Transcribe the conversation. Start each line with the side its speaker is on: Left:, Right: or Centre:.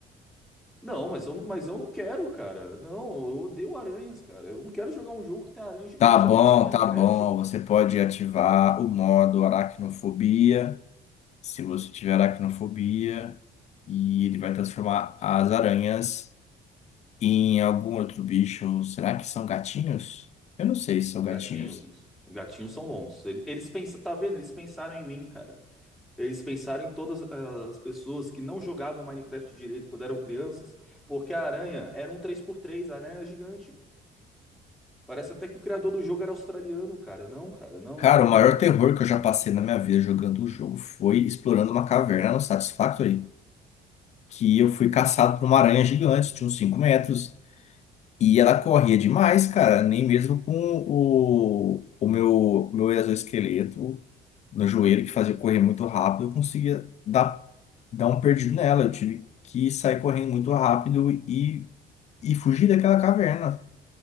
Centre: Não, mas eu não, mas eu não quero, cara. Não, eu odeio aranhas, cara. Eu não quero jogar um jogo que tem aranha gigante.
Left: Tá bom,
Centre: Já basta o Minecraft,
Left: tá bom.
Centre: mano.
Left: Você pode ativar o modo aracnofobia, se você tiver aracnofobia, e ele vai transformar as aranhas em algum outro bicho. Será que são gatinhos? Eu não sei se são gatinhos.
Centre: Gatinhos, gatinhos são bons. Eles, eles pensa- tá vendo? Eles pensaram em mim, cara. Eles pensaram em todas as pessoas que não jogavam Minecraft direito quando eram crianças, porque a aranha era um três por três, a aranha era gigante. Parece até que o criador do jogo era australiano, cara. Não, cara, não,
Left: Cara,
Centre: não.
Left: o maior terror que eu já passei na minha vida jogando o jogo foi explorando uma caverna no Satisfactory. que eu fui caçado por uma aranha gigante, de uns 5 metros, e ela corria demais, cara, nem mesmo com o, o meu, meu exoesqueleto no joelho, que fazia eu correr muito rápido, eu conseguia dar, dar um perdido nela. Eu tive que sair correndo muito rápido e, e fugir daquela caverna.